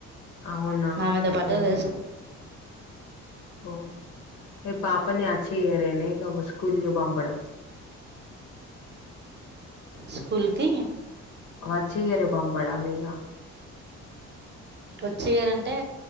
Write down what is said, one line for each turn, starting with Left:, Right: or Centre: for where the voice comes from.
Left: అవునా
Right: ఆమెతో పాటు
Left: ఓ
Right: లేసిన
Left: ఓ ఏ పాపని అచ్చెయ్యరేన ఇక స్కూల్కి పంపడం
Right: స్కూల్కి
Left: వచ్చే ఇయర్ పంపడం ఇగ
Right: వచ్చే ఇయరంటే